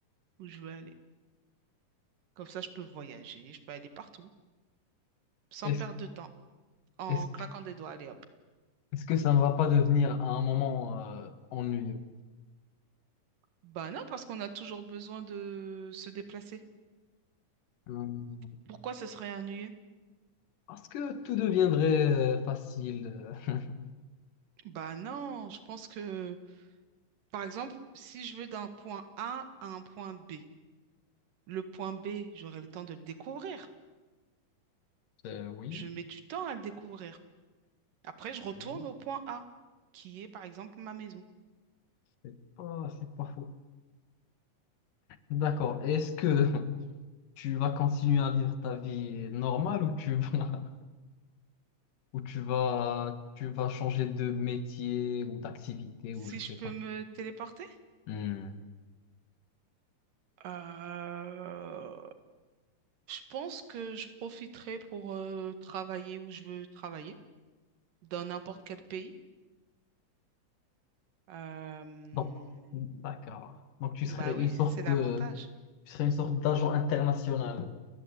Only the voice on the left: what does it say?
Est-ce,
est-ce
que,
est-ce que ça ne va pas devenir à un moment euh, ennuyeux?
Hmm,
Parce que tout deviendrait euh, facile. euh. <laughs>
Euh, oui,
oui,
c'est pas, c'est pas faux. D'accord. Est-ce que <laughs> tu vas continuer à vivre ta vie normale ou tu vas, <laughs> ou tu vas, tu vas changer de métier ou d'activité
ou je
sais
pas.
Hmm.
Donc, d'accord. Donc, tu serais
une
sorte
de, tu serais une sorte d'agent international.